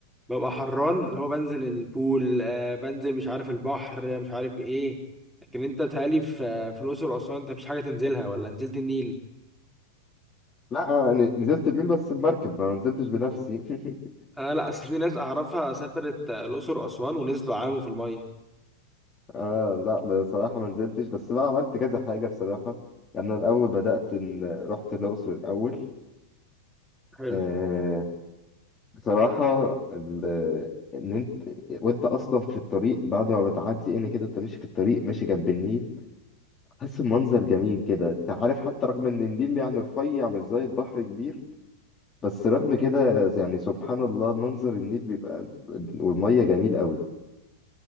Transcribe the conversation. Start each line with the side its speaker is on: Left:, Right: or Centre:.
Centre: ببقى حران اللي هو بنزل البول آه بنزل مش عارف البحر آه، مش عارف إيه لكن أنت بتهيألي في آه، في الأقصر وأسوان أنت مفيش حاجة تنزلها ولا نزلت النيل
Left: لا آه، ن- نزلت الميل بس بمركب ما نزلتش بنفسي <laughs>
Centre: أنا لأ أصل في ناس أعرفها سافرت آه، الأقصر وأسوان ونزلوا عاموا في المية
Left: آه لا بصراحة ما نزلتش بس بقى عملت كذا حاجة بصراحة يعني أنا الأول بدأت إن رحت الأقصر الأول
Centre: حلو
Left: آه، بصراحة ال- إن أنت وأنت أصلا في الطريق بعد ما بتعدي إن كده أنت ماشي في الطريق ماشي جنب النيل تحس بمنظر جميل كده أنت عارف حتى رغم إن النيل يعني رفيع مش زي البحر كبير بس رغم كده يعني سبحان الله منظر النيل بيبقى والمية جميل قوي